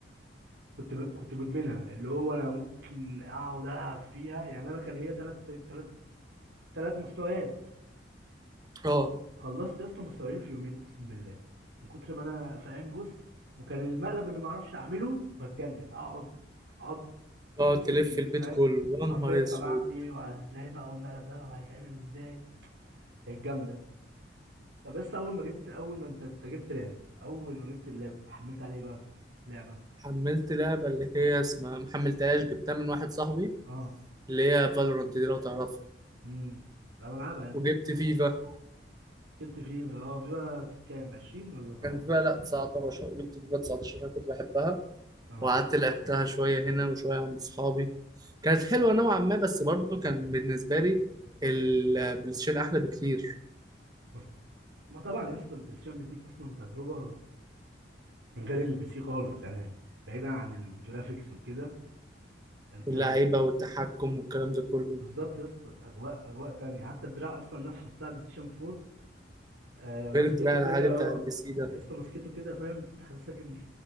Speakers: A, on the right; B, on the right.
A: كنت م... كنت مدمنها اللي هو انا ممكن اقعد العب فيها يعني انا كان هي ثلاث ثلاث ثلاث مستويات
B: اه
A: خلصت يا اسطى مستويين في يومين اقسم بالله من كتر ما انا فاهم بص وكان المقلب اللي ما اعرفش اعمله بتجنن اقعد اقعد
B: تقعد
A: امسك
B: تلف
A: فيه
B: البيت
A: فاهم
B: كله
A: حرفيا
B: يا نهار اسود
A: طب اعمل ايه وازاي بقى والمقلب ده طب هيتعمل ازاي كانت جامده طب بس اول ما جبت اول ما انت أنت جبت لاب اول ما جبت اللاب حملت عليه بقى لعبه
B: حملت لعبة اللي هي اسمها محملتهاش جبتها من واحد صاحبي
A: اه
B: اللي هي فالورانت دي لو تعرفها
A: امم لا بلعبها يا ابني
B: وجبت فيفا
A: جبت فيفا اه فيفا كام 20 ولا 18
B: كان فيها لا 19 جبت فيفا 19 انا كنت بحبها
A: اه
B: وقعدت لعبتها شوية هنا وشوية عند صحابي كانت حلوة نوعا ما بس برضو كان بالنسبة لي البلايستيشن أحلى بكتير
A: بس ما طبعا يا اسطى البلاي ستيشن بيديك اصلا تجربه من غير البي سي خالص يعني بعيدا عن الجرافيكس وكده انت
B: واللعيبة والتحكم والكلام ده كله
A: بالظبط يا اسطى اجواء اجواء تانية حتى الدراع اصلا نفسه بتاع بلاي ستيشن 4 آه مسكته
B: غير الدراع
A: كده
B: العادي
A: اه
B: بتاع البي سي ده
A: يا اسطى مسكته كده فاهم بتحسسك ان